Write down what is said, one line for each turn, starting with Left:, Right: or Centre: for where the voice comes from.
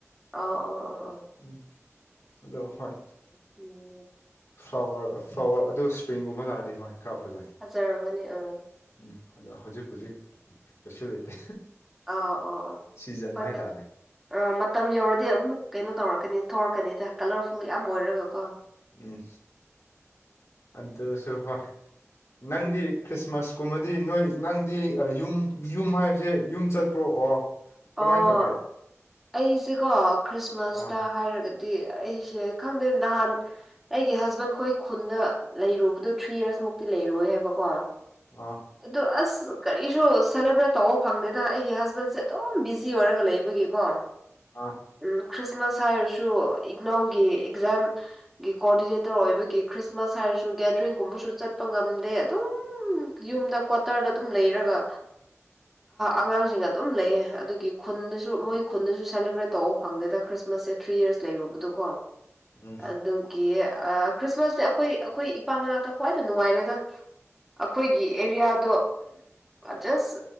Centre: ꯑꯣ ꯑꯣ ꯑꯣ
Left: ꯎꯝ ꯑꯣ ꯍꯣꯏ
Centre: ꯎꯝ
Left: ꯐ꯭ꯂꯋꯔ ꯐ꯭ꯂꯋꯔ ꯑꯗꯨ ꯏꯁꯄ꯭ꯔꯤꯡꯒꯨꯝꯕ ꯂꯥꯛꯑꯗꯤ ꯍꯣꯏ ꯈꯔ ꯐꯖꯩ
Centre: ꯐꯖꯔꯝꯒꯅꯤ ꯑꯥ
Left: ꯎꯝ ꯑꯗꯣ ꯍꯧꯖꯤꯛꯄꯗꯤꯛ ꯀꯩꯁꯨ ꯂꯩꯇꯦ
Centre: ꯑ ꯑ ꯑ
Left: ꯁꯤꯖꯟ
Centre: ꯍꯣꯏ
Left: ꯍꯥꯏꯇꯥꯔꯦ
Centre: ꯑ ꯃꯇꯝ ꯌꯧꯔ ꯑꯗꯨꯗꯤ ꯑꯃꯨꯛ ꯀꯩꯅꯣ ꯇꯧꯔꯛꯀꯅꯤ ꯊꯣꯔꯛꯀꯅꯤꯗ ꯀꯂꯔꯐꯨꯜ ꯌꯥꯝ ꯑꯣꯏꯔꯒꯀꯣ
Left: ꯎꯝ ꯑꯗꯨꯁꯨ ꯍꯣꯏ ꯅꯪꯗꯤ
Centre: ꯎꯝ
Left: ꯈ꯭ꯔꯤꯁꯃꯥꯁ ꯀꯨꯝꯃꯗꯤ ꯅꯣꯏ ꯅꯪꯗꯤ ꯌꯨꯝ ꯌꯨꯝ ꯍꯥꯏꯕꯁꯦ ꯌꯨꯝ ꯆꯠꯄ꯭ꯔꯣꯑꯣ ꯀꯃꯥꯏꯅ
Centre: ꯑꯣ
Left: ꯇꯧꯒꯦ
Centre: ꯑꯩꯁꯦꯀꯣ ꯈ꯭ꯔꯤꯁꯃꯥꯁꯇ
Left: ꯑꯥ
Centre: ꯍꯥꯏꯔꯒꯗꯤ ꯗꯤ ꯑꯩꯁꯦ ꯈꯪꯗꯦ ꯅꯍꯥꯟ ꯑꯩꯒꯤ ꯍꯁꯕꯦꯟ ꯈꯣꯏ ꯈꯨꯟꯗ ꯂꯩꯔꯨꯕꯗꯣ ꯊ꯭ꯔꯤ ꯌꯔꯁ ꯃꯨꯛꯇꯤ ꯂꯩꯔꯣꯏ ꯍꯥꯏꯕꯀꯣ ꯑꯣ
Left: ꯑꯥ
Centre: ꯑꯁ ꯀꯔꯤꯁꯨ ꯁꯦꯂꯦꯕ꯭ꯔꯦꯠ ꯇꯧꯕ ꯐꯪꯗꯦꯅ ꯑꯩꯒꯤ ꯍꯁꯕꯦꯟꯁꯦ ꯑꯗꯨꯝ ꯕꯤꯖꯤ ꯑꯣꯏꯔꯒ ꯂꯩꯕꯒꯤꯀꯣ
Left: ꯑꯥ
Centre: ꯎꯝ ꯈ꯭ꯔꯤꯁꯃꯥꯁ ꯍꯥꯏꯔꯁꯨ ꯏꯅꯧꯒꯤ ꯑꯦꯛꯖꯥꯝꯒꯤ ꯀꯣꯑꯣꯗꯤꯅꯦꯇꯔ ꯑꯣꯏꯕꯒꯤ ꯈ꯭ꯔꯤꯁꯃꯥꯁ ꯍꯥꯏꯔ ꯒꯦꯗꯔꯤꯡꯒꯨꯝꯕꯁꯨ ꯆꯠꯄ ꯉꯝꯗꯦ ꯑꯗꯨꯝ ꯝ ꯌꯨꯝꯗ ꯀ꯭ꯋꯥꯇꯔꯗ ꯑꯗꯨꯝ ꯂꯩꯔꯒ ꯑꯉꯥꯡꯁꯤꯡꯒ ꯑꯗꯨꯝ ꯂꯩꯌꯦ ꯑꯗꯨꯒꯤ ꯈꯨꯟꯅꯁꯨ ꯃꯣꯏ ꯈꯨꯟꯗꯁꯨ ꯁꯦꯂꯦꯕ꯭ꯔꯦꯠ ꯇꯧꯕ ꯐꯪꯗꯦꯗ ꯈ꯭ꯔꯤꯁꯃꯥꯁꯁꯦ ꯊ꯭ꯔꯤ ꯌꯔꯁ ꯂꯩꯔꯨꯕꯗꯣꯀꯣ
Left: ꯎꯝ
Centre: ꯑꯗꯨꯒꯤ ꯈ꯭ꯔꯤꯁꯃꯥꯁꯁꯦ ꯑꯩꯈꯣꯏ ꯑꯩꯈꯣꯏ ꯏꯄꯥ ꯃꯅꯥꯛꯇ ꯈ꯭ꯋꯥꯏꯗ ꯅꯨꯡꯉꯥꯏꯔꯦꯗ ꯑꯩꯈꯣꯏꯒꯤ ꯑꯦꯔꯤꯌꯥꯗꯣ ꯖꯁ